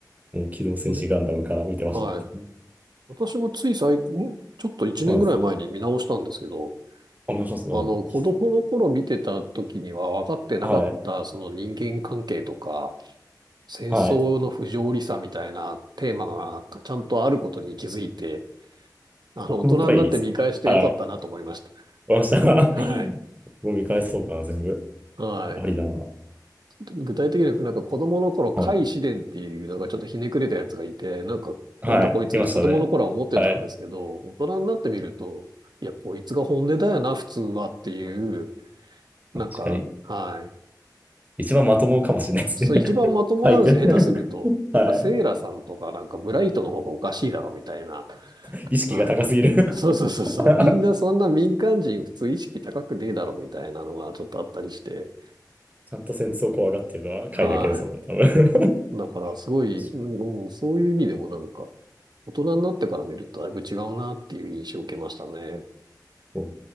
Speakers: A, on the right; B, on the right.
A: もう機動戦士ガンダムから見てましたね。
B: ほどね。はい。私もつい最近、んちょっと一年ぐらい前に見直したんですけど、
A: はい。あお願いしますね。
B: あの、
A: お、
B: 子供の頃見てた時には分かってなかった、
A: いいっすはい。
B: その人間関係とか、戦争の不条理さみたいなテーマがちゃんとあることに気づいて、
A: はい。
B: あの、
A: 奥深いですよね。
B: 大人になって見返してよかったなと思いました。
A: はい。わかりました。<laughs>
B: <laughs> はい。
A: もう見返そうかな、全部。
B: はい。
A: ありだな。
B: 具体的にはなんか子供の頃、甲斐紫伝っていうなんかちょっとひねくれたやつがいて、
A: はい。
B: なんか、
A: はい。
B: なんだこいつって子供の頃は思ってたんですけど、
A: いましたね。はい。
B: 大人になってみると、いや、こいつが本音だよな、普通はっていう、なんか、
A: 確かに。
B: はい。
A: 一番まともかもしれないですね。
B: そう、
A: <laughs>
B: 一番まともなんですよ、
A: カイ君。
B: 下手すると。なんか、
A: は
B: セイラさんとか、なんか、ブライトの方がおかしいだろ、みたいな。
A: い。意識が高すぎる
B: はい。そうそうそうそう。
A: <laughs>
B: みんなそんな民間人普通意識高くねえだろ、みたいなのがちょっとあったりして。
A: ちゃんと戦争怖がってるのはカイだけですもんね、
B: はい。
A: 多分。<laughs>
B: だから、すごい、うん、うんそういう意味でもなんか、大人になってから見るとだいぶ違うなっていう印象を受けましたね。
A: そう